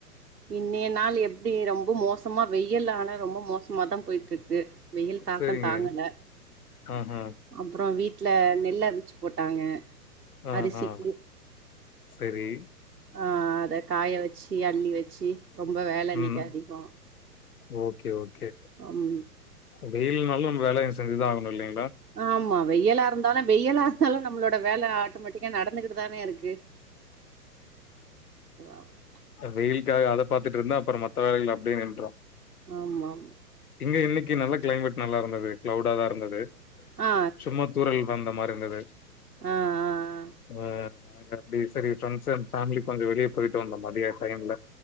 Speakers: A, on the right; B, on the left.
A: இன்னைய நாள் எப்டி ரொம்ப மோசமா வெயல்லால ரொம்ப மோசமாதாம் போயிட்ருக்கு வெயில் தாக்கோ
B: செரிங்க
A: தாங்கல
B: அ அ
A: அப்றோ வீட்ல நெல்ல அவிச்சு போட்டாங்க
B: ஆஹா.
A: அரிசிக்கி
B: சரி.
A: அ அதக் காய வச்சி அள்ளி வச்சி ரொம்ப வேல இன்னைக்
B: ம்.
A: அதிகோ
B: ஓகே ஓகே
A: அம்
B: வெயில்னாலும் நம் வேலைய செஞ்சிதா ஆகணு இல்லைங்ளா
A: ஆமா வெயலா இருந்தாலு வெயலா இருந்தாலு நம்ளோட வேல ஆட்டோமேட்டிக்கா நடந்துகிட்டுதானே இருக்கு <unintelligible>
B: வெயில்க்காக அதப் பாத்துட்ருந்தா அப்பறம் மத்த வேலைகள் அப்டே நின்றோ
A: ஆமாம்
B: இங்க இன்னைக்கி நல்ல கிளைமேட் நல்லாருந்தது கிளவுடதா இருந்தது
A: ஆ
B: சும்மாத்தூரல் அந்த மாரி இந்தது
A: அ அ அ
B: ஆ நாங்க அப்டி செரி ஃபிரெண்ட்ஸ் அன் ஃபேமிலி கொஞ்சோ வெளியப் போயிட்டு வந்தோ மதிய டைம்ல